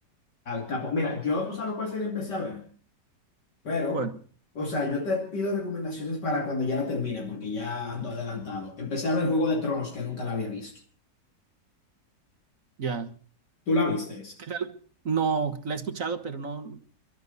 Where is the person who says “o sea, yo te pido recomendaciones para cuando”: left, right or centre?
Left